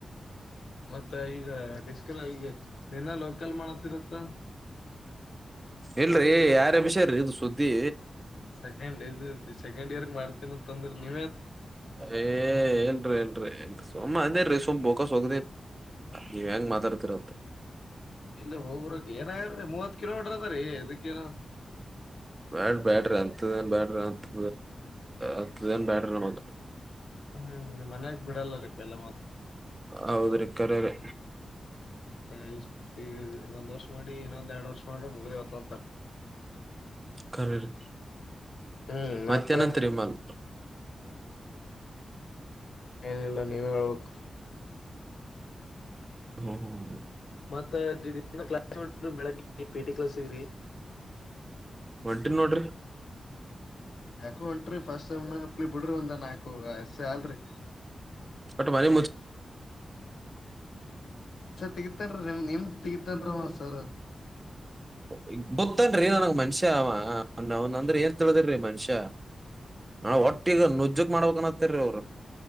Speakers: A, on the left (about 80°); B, on the right (about 25°).
A: ಮತ್ತೆ ಈಗ ಡಿಸಕಲ್ ಈಗ ನಿನ್ನ ಲೋಕಲ್ ಮಾಡತ್ತಿರುತ್ತ.
B: ಇಲ್ರಿ ಯಾರಭಿಷ್ಯರಿ ಇದು ಸುದ್ದಿ.
A: ಸೆಕೆಂಡ್ <inaudible> ಗ್ <inaudible> ಮಾಡ್ತನಿ ಅಂತಂದ್ರ ನೀ
B: ಏ ಎಲ್ರಿ ಎಲ್ರಿ ಎಲ್ ಸುಮ್ಮ ಅಂದೇರಿ ಸುಮ ಹ <inaudible> ನೀವ್ ಹೆಂಗ ಮಾತಾಡ್ತಿರ
A: ಇಲ್ಲ ಹೋಗ್ರಕ್ ಏನಾಗ್ರೀ ಮೂವತ್ ಕಿಲೋಮೀಟರ್ ಅದ ರೀ ಇದಕ್ಕೇನು
B: ಬ್ಯಾಡ್ರ್ ಬ್ಯಾಡ್ರಿ. ಹತ್ತುದ ಬ್ಯಾಟರಿ ಹತ್ತು... ಹತ್ತುದೇನ್ ಬ್ಯಾಟರಿಮ
A: ಹ್ಮ್ ಮನ್ಯಾಗ ಬಿಡಲ್ಲ ರೀಪ ಎಲ್ಲ ಮತ್.
B: ಹೌದ್ರಿ ಕರೇರಿ
A: ಮತ್ತೆ ಇಷ್ಟ ಈಗ ಒಂದ್ ವರ್ಷ ಮಾಡಿ ಇನ್ನೊಂದ್ ಎರಡ್ ವರ್ಷ ಮಾಡ್ರೆ ಮುಗ್ದೆಹೊತ್ ಅಂತಾರ.
B: ಖರೇ ರಿ.
A: ಹ್ಮ್
B: ಮತ್ತೆನಂತರಿಮ್ಮಲ್.
A: ಮತ್ತ ಏನಿಲ್ಲ ನೀವೇ ಹೇಳ್ಬೇಕು
B: ಹ ಹ ಹಾ ಹ
A: ಮತ್ತ ಕ್ಲಾಸ್ ನೋಡ ಬೆಳಗ್ಗೆ ಪಿ ಟಿ ಕ್ಲಾಸ್ಗ್ರಿ
B: ಒಂಟಿನ ನೋಡ್ರಿ
A: ಯಾಕು ಹೊಂಟ್ರಿ ಫಸ್ಟ್ ಟೈಮ್ ನಪ್ಲಿ ಬಿಡ್ರಿ ಒಂದ ನಾಕು ಎಷ್ಟ ಸಲ್ರಿ
B: ಒಟ್ ಮನಿ
A: ತೆಗಿತನ್ರಿ ನಿಮ್ ನಿಮ್ದ್ ತೆಗಿತನ್ರಿ ಅವ
B: ನೋಡ್ತದೆ
A: ಸರ್.
B: <inaudible> ಗೊತ್ತನ್ ನನ್ಗ್ ಮನ್ಷ್ಯ ನನ್ ಅಂದ್ರ ಏನ್ ತಿಳ್ದಿ ಮನ್ಷ್ಯ ನ ಒಟ್ಟಿಗ ನುಜ್ಜಕ್ ಮಾಡ್ಬನ್ತ್ತಾರೀ ಅವರು